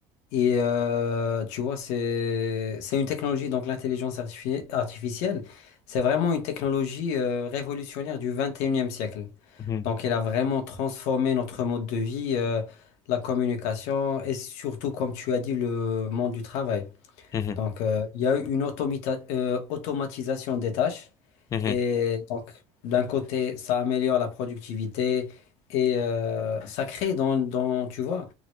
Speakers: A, on the left (about 80°); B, on the left (about 30°).
A: Et euh, tu vois, c'est, c'est une technologie, donc l'intelligence artifi- artificielle, c'est vraiment une technologie euh, révolutionnaire du 21e siècle.
B: Mhm,
A: Donc, elle a vraiment transformé notre mode de vie, euh, la communication et surtout, comme tu as dit, le monde du travail.
B: mhm,
A: Donc, euh, il y a eu une automita- euh, automatisation des tâches.
B: mhm,
A: Et donc, d'un côté, ça améliore la productivité et euh, ça crée dans, dans, tu vois,